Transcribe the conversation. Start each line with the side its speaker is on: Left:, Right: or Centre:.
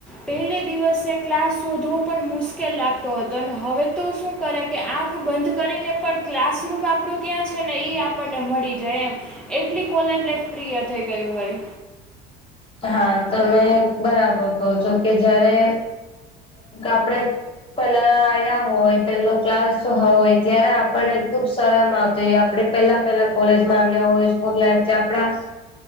Centre: પહેલે દિવસે ક્લાસ શોધવો પણ મુશ્કેલ લાગ તો હતો હવે તો શું કરે કે આંખ બંધ કરીને પણ ક્લાસરૂમ આપણું ક્યાં છે ને એઈ આપણને મળી જાય એમ એટલી કોલેજ લફ પ્રિય થઈ ગઈ હોય.
Left: હા તમે બરાબર કો છો કે જયારે આપડે પેલા આયા હોય પેલો ક્લાસ હોય ત્યારે આપણને ખુબ શરમ આવતી આપણે પેલા પહેલા કોલેજમાં આવ્યા હોય સ્કૂલ લફ છે આપડા